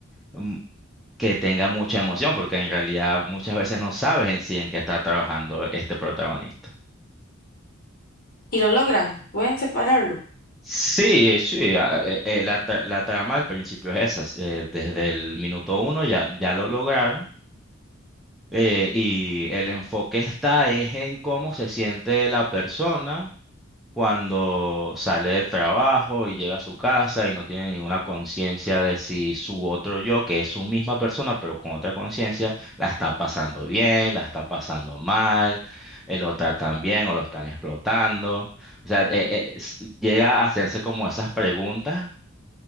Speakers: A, in the centre; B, on the left.
A: mm, que tenga mucha emoción porque en realidad muchas veces no sabes en sí en qué está trabajando este protagonista.
B: Y lo logran, pueden separarlo.
A: Sí, sí, a- eh, eh, la, tra- la trama al principio es esa. eh, desde el minuto uno ya, ya lo lograron Eh, y el enfoque está es en cómo se siente la persona cuando sale del trabajo y llega a su casa y no tiene ninguna conciencia de si su otro yo, que es su misma persona, pero con otra conciencia, la está pasando bien, la está pasando mal, eh, lo tratan bien o lo están explotando. O sea, eh, eh, s- llega a hacerse como esas preguntas